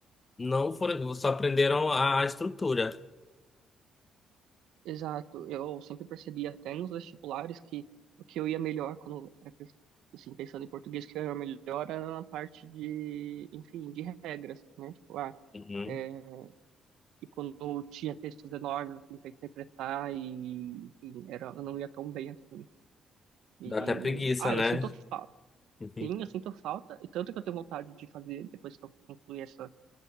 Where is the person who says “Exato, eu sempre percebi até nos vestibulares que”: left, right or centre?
Right